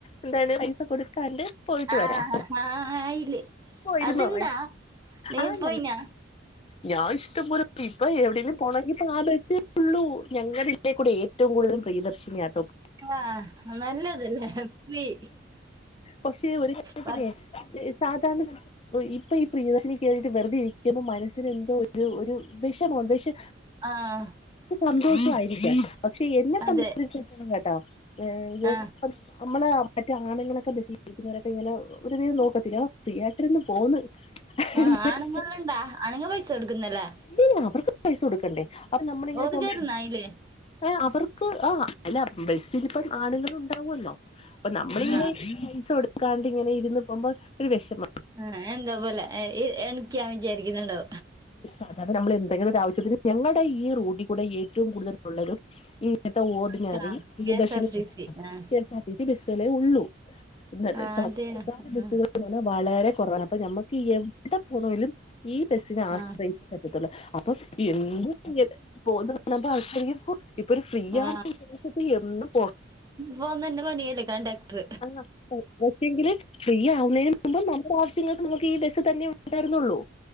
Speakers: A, on the left; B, on the right.
A: എന്താല്ലും പൈസ കൊടുക്കാണ്ട് പോയിട്ട്
B: ആ
A: വരാം.
B: ആ ആയില്ലേ
A: പോയിരുന്നോ
B: അതുണ്ടാ നീ
A: ആഞങ്‌
B: പോയിനാ
A: ഞാൻ ഇഷ്ടംപ്പൊലെ പോയി ഇപ്പൊ എവിടെങ്കിലും പോണങ്കിപ്പോ ആ ബസ്സേ ഉള്ളൂ ഞങ്ങളേ ഇതേ കൂടെ ഏറ്റവും കൂടുതൽ പ്രിയദർശിനിയായി <inaudible>
B: ആ നല്ലതല്ലേ പോയി
A: പക്ഷെ ഒരു കണക്കിനെ
B: പത്ത്
A: സാധാരണ ഇപ്പൊ ഈ പ്രിയദർശിനി കേറിട്ട് വെർതെ ഇരിക്കുമ്പോ മനസ്സിന് എന്തോ ഒരു ഒരു വിഷമണ്ട്. പക്ഷെ
B: ആഹ്
A: സന്തോഷമായിരിക്കാം. പക്ഷെ എന്നെ
B: അതെ
A: സംബന്ധിച്ചിട്ടും കേട്ടോ <unintelligible>
B: ആ
A: നമ്മള് മറ്റു ആണുങ്ങളൊക്കെ ബസ്സിലിരിക്കുന്നവരൊക്കെ ഇങ്ങനെ പൊതുവേ ഒരു നോക്കത്തില്ലേ. ഫ്രീ ആയിട്ട് ഇര്ന്ന് പോന്ന്.
B: ആഹ്
A: എന്നൊക്കെ
B: ആണുങ്ങണ്ടാ അണുങ്ങ പൈസ കൊടുക്കുന്നല്ലേ?
A: ഡി അവർക്ക് പൈസ കൊടുക്കണ്ടേ അപ്പൊ നമ്മള ഇങ്ങനെ
B: ഓർക്കാരുന്നായില്ലേ
A: പോകുമ്പ ഏ അവർക്ക് ആ അല്ല ബസ്സിലിപ്പം ആണുങ്ങളുണ്ടാവോലോ. അപ്പൊ നമ്മളിങ്ങന്നെ
B: ആ
A: പൈസ കൊടുക്കാണ്ട് ഇങ്ങനെ ഇരുന്ന് പോകുമ്പംഒരു വിഷമം.
B: ആ എന്താപോലെ എ എ എണിക്കാൻ വിചാരിക്കുന്നുണ്ടോ
A: അ നമ്മൾ എന്തെങ്കിലും ഒരു ആവശ്യത്തിന് ഞങ്ങളുടെ ഈ റോഡിക്കൂടെ ഏറ്റവും കൂടുതൽ ഉള്ളതും കേട്ടാ ഓർഡിനറി
B: അക്കാ
A: ഈ പ്രിയദർശിനി
B: കെഎസ്ആർടിസി ആ
A: K S R T C ബസ്സിളെ ഉള്ളൂ. <unintelligible>
B: ആ
A: സ്വകാര്യ
B: അതെ
A: ബസ്സുകൾ
B: ആ
A: എ പറഞ്ഞ വളരെ കുറവാണ് അപ്പൊ നമ്മക്ക് ഈ എടെ പോണേലും ഈ ബസിനെ ആശ്രയിക്കാൻ
B: ആ
A: പറ്റത്തുള്ളൂ. അപ്പൊ എന്ത് ഇങ്ങനെ പോന്ന് <unintelligible> ഹോ ഇപ്പൊ ഒരു ഫ്രീ യാച്ച്ട്ട്
B: ആ ആ
A: എന്നും പോ
B: പോണന്നെ പണിയല്ലേ കണ്ടക്ടർ
A: ആഹ് പക്ഷങ്കില് ഫ്രീ ആവുന്നതിന് മുമ്പ് നമ്മ ഓരോ ആവശ്യങ്ങൾക്ക് നമുക്ക് ഈ ബസ്സ് തന്നെ ഉണ്ടായിരുന്നൊള്ളു.